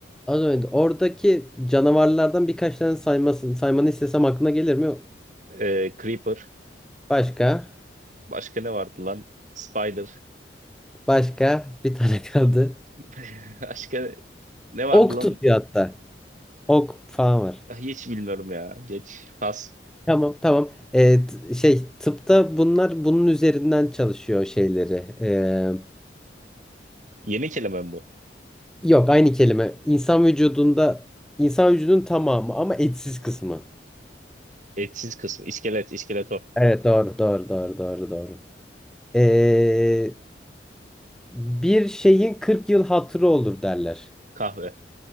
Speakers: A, in the centre; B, on the right.
A: Az önce oradaki canavarlardan birkaç tane saymasın. Saymanı istesem aklına gelir mi?
B: Ee, Creeper.
A: Başka.
B: Başka ne vardı lan? Spider.
A: Başka. Bir tane <laughs> kaldı.
B: <laughs> Başka ne vardı
A: Ok
B: lan?
A: tutuyor hatta. Ok falan var.
B: Ah, Hiç bilmiyorum ya. Geç. Pas.
A: Tamam tamam. Ee, t- şey tıpta bunlar bunun üzerinden çalışıyor şeyleri. Ee,
B: Yeni kelime mi bu?
A: yok aynı kelime. İnsan vücudunda insan vücudunun tamamı ama etsiz kısmı.
B: Etsiz kısmı. İskelet, iskeletor.
A: Evet doğru doğru doğru doğru doğru. Ee, Bir şeyin 40 yıl hatırı olur derler.
B: Kahve.